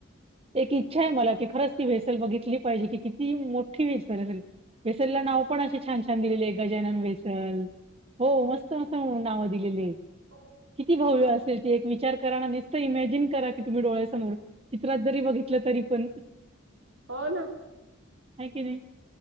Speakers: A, on the right; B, on the right.
A: एक इच्छाय मला की खरच ती वेसल बघितली पाहिजे किती ती मोठी वेसल असेल. वेसल ला नाव पण असे छान छान दिलेलेय. गजनन वेसल. हो मस्त मस्त नावं दिलेलेय.
B: हां
A: किती भव्य असेल ती. एक विचार कराना. नुसतं इमॅ करा की तुम्ही डोळ्या समोर. चित्रात जरी बघित तरी पण.
B: हो ना.
A: आहे की नाही